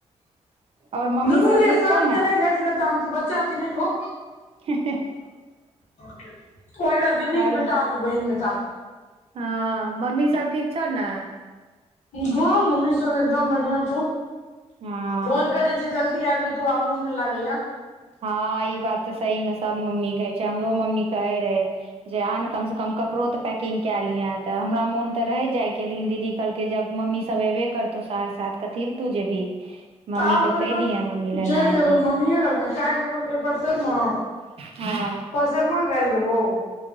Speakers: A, on the right (about 55°); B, on the left (about 80°).
A: और मम्मी
B: नुनु
A: सब
B: रे
A: ठीक
B: साँझ
A: छौ
B: के नहि खाइ छ इ लताम तू बच्चा छहि नहि खो
A: ह
B: ओ एकरा ददी
A: आर
B: के बेटा बहिन मे काम
A: हँ मम्मी सब ठीक छौ ने
B: हँ मम्मी सब एकदम बढ़ििया छौ
A: हँ
B: फोन करै छै जल्दी आबि जतौ त आमोन नहि लागैया
A: हँ ई बात तऽ सही मे सब मम्मी कहे छै हमरो मम्मी कहे रहे जे आन कम से कम कम कपड़ो त पैकिंग कए लिय तऽ हमरा मोन तऽ रहै जाइके लेकिन दीदी कहलकै जब मम्मी सब अयबे करतौ से साथ कथी ल तू ज जेबही मम्मी
B: तऽ आब हम
A: के
B: एखन
A: कहि दिहे मम्मी लेने
B: चल
A: एतौ
B: जेबै मम्मी लगने काल्हि जेबो फेर परसनमा
A: हँ
B: परसनमा काल्हि जेबौ